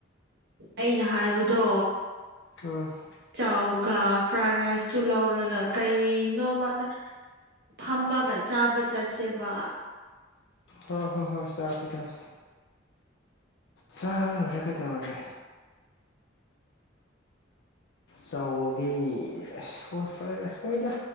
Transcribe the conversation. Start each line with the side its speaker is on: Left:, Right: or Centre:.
Right: ꯑꯩꯅ ꯍꯥꯏꯕꯗꯣ
Left: <unintelligible>
Right: ꯆꯥꯎꯒ ꯐ꯭ꯔꯥꯏ ꯔꯥꯏꯁꯇꯨ ꯂꯧꯔꯒ ꯀꯩꯅꯣ ꯃꯥꯗ ꯐꯝꯃꯒ ꯆꯥꯕ ꯆꯠꯁꯦꯕ
Left: ꯍꯣ ꯍꯣ ꯍꯣꯏ ꯆꯥꯁꯤ ꯆꯥꯁꯤ ꯆꯥꯔ ꯂꯣꯏꯔꯦ ꯀꯩꯗꯧꯔꯒꯦ ꯆꯧꯗꯤ ꯑꯁ ꯋꯥ ꯐꯔꯥꯏ ꯔꯥꯏꯁ ꯍꯣꯏꯗ